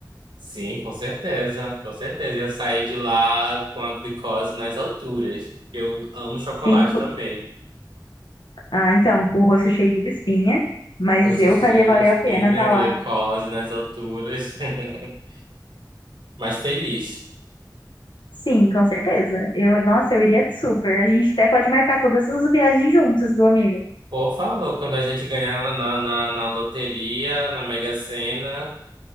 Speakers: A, on the right; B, on the left.
A: Sim, com certeza, com certeza. Eu saí de lá com a glicose nas alturas. Eu amo chocolate
B: Cinco.
A: também.
B: Ah, então, com o rosto cheio de espinha, mas
A: Rosto
B: eu
A: cheio
B: faria valer
A: de espinha,
B: a pena estar
A: glicose
B: lá.
A: nas alturas. <laughs> Mas feliz.
B: Sim, com certeza. Eu, nossa, eu iria super. A gente até pode marcar todas essas viagens juntos, do amigo.
A: Por favor, quando a gente ganhar na, na, na, na loteria, na Mega Sena,